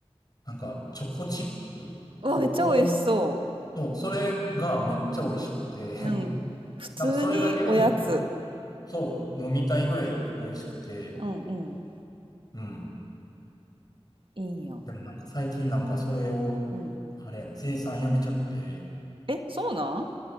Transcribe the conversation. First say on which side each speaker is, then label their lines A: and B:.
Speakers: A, on the left (about 40°); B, on the right (about 55°).
A: なんかチョコチップ、
B: うわ、
A: ココア、
B: めっちゃ美味しそ
A: そう、それがめっちゃ美味しくて、
B: う。うん。
A: <laughs>
B: 普通におやつ。
A: なんかそれだけでも、そう、飲みたいぐらい美味しくて、
B: うんうん。
A: うん。
B: いいんや。
A: でもなんか最近なんかそれを、
B: うん。
A: あれやね、生産やめちゃって、
B: え、そうなん